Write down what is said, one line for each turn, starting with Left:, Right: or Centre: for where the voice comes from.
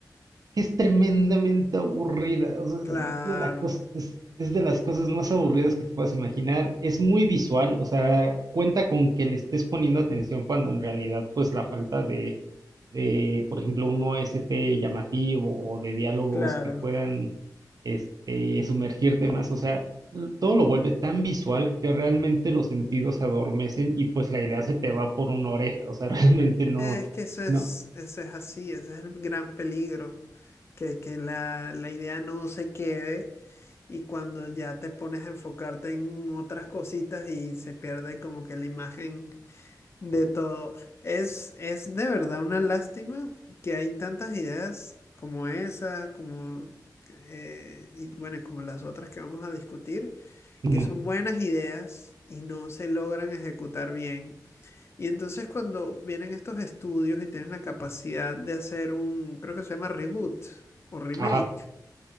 Right: que es tremendamente aburrida. o sea, es
Left: claro,
Right: de la cos- es, es de las cosas más aburridas que te puedas imaginar. Es muy visual, o sea, cuenta con que le estés poniendo atención cuando en realidad, pues la falta de, de, por ejemplo, un OST llamativo o de diálogos
Left: claro.
Right: que puedan, este, sumergirte más, o sea, l- todo lo vuelve tan visual que realmente los sentidos se adormecen y pues la idea se te va por una oreja, o sea, <laughs> realmente no,
Left: Es que eso es,
Right: no,
Left: eso es así, ese es el gran peligro, que, que la, la idea no se quede y cuando ya te pones a enfocarte en otras cositas y se pierde como que la imagen de todo. Es, es de verdad una lástima que hay tantas ideas como esa, como, eh, y bueno, como las otras que vamos a discutir
Right: mm,
Left: que son buenas ideas y no se logran ejecutar bien. Y entonces cuando vienen estos estudios y tienen la capacidad de hacer un, creo que se llama reboot o remake,
Right: ajá.